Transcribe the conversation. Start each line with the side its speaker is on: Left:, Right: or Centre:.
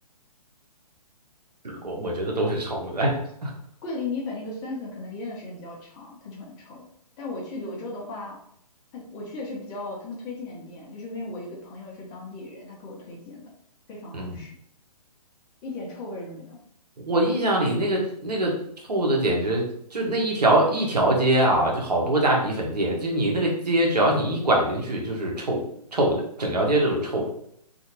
Right: 我我觉得都是臭的。<laughs>
Left: 桂林米粉那个酸笋可能腌的时间比较长，它就很臭。但我去柳州的话，它我去的是比较他们推荐的店，就是因为我有个朋友是当地人，他给我推荐的，非常好吃，
Right: 嗯，
Left: 一点臭味儿都没有。
Right: 我印象里那个那个臭的简直就那一条一条街啊，就好多家米粉店，就你那个街只要你一拐进去就是臭臭的，整条街都是臭的，